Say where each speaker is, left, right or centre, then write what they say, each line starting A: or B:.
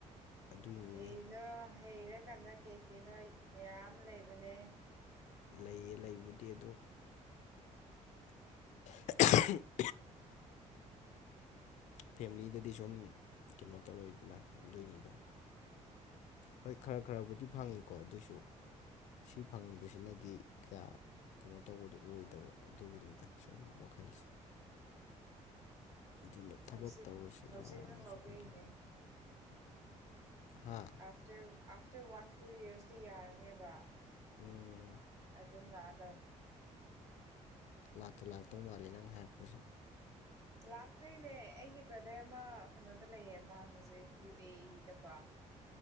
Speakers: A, on the left; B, on the right.
A: ꯑꯗꯨꯏꯅꯤꯅꯦ
B: ꯀꯩꯅꯣ ꯍꯩꯔꯀꯥꯟꯗ ꯀꯦꯛ ꯀꯩꯅꯣ ꯃꯌꯥꯝ ꯂꯩꯕꯅꯦ꯫
A: ꯂꯩꯌꯦ ꯂꯩꯕꯨꯗꯤ ꯑꯗꯣ <unintelligible> ꯐꯦꯝꯂꯤꯗꯗꯤ ꯁꯨꯝ ꯀꯩꯅꯣ ꯇꯧꯔꯛꯏꯗꯅ ꯑꯗꯨꯒꯤꯅꯤꯗ꯫ ꯍꯣꯏ ꯈꯔ ꯈꯔꯕꯨꯗꯤ ꯐꯪꯉꯤꯀꯣ ꯑꯗꯨꯏꯁꯨ ꯁꯤ ꯐꯪꯕꯁꯤꯅꯗꯤ ꯀꯌꯥ ꯀꯩꯅꯣ ꯇꯧꯕꯗꯨ ꯑꯣꯏꯗꯕ ꯑꯗꯨꯒꯤꯅꯤꯗ ꯁꯨꯝ ꯋꯥꯈꯜꯁꯦ꯫ ꯑꯗꯨꯅ ꯊꯕꯛ
B: ꯍꯧꯖꯤꯛ
A: ꯇꯧꯔꯁꯤꯔ
B: ꯍꯧꯖꯤꯛꯅ
A: ꯑꯃꯨꯛꯁꯨ
B: ꯍꯧꯕꯩꯅꯦ
A: ꯈꯜꯂꯤ ꯍꯥ꯫
B: ꯑꯥꯐꯇꯔ ꯑꯥꯐꯇꯔ ꯋꯥꯟ ꯇꯨ ꯌꯔꯁꯇꯤ ꯌꯥꯔꯅꯦꯕ꯫
A: ꯎꯝ
B: ꯑꯗꯨꯝ ꯂꯛꯑꯗꯧꯅꯦ꯫
A: ꯁ ꯂꯥꯛꯇ ꯂꯥꯛꯇꯧ ꯃꯥꯜꯂꯦ ꯅꯪ ꯍꯥꯏꯔꯛꯄꯁꯦ꯫
B: ꯂꯥꯛꯇꯣꯏꯅꯦ ꯑꯩꯒꯤ ꯕ꯭ꯔꯗꯔ ꯑꯃ ꯀꯩꯅꯣꯗ ꯂꯩꯌꯦ ꯃꯥ ꯍꯧꯖꯤꯛ ꯌꯨ ꯑꯦ ꯏ ꯗꯀꯣ꯫